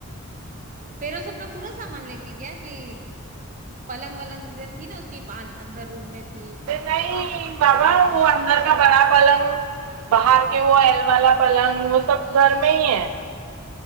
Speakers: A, on the right; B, on the right.
A: پھر اس اپنا پورا سامان لے کے گیا کہ پلنگ ولنگ ادھر تھی نا اس کی اندر روم میں تھی
B: نہیں بابا وہ اندر کا بڑا پلنگ باہر کے وہ ایل والا پلنگ سب
A: ہاں
B: گھر میں ہی ہے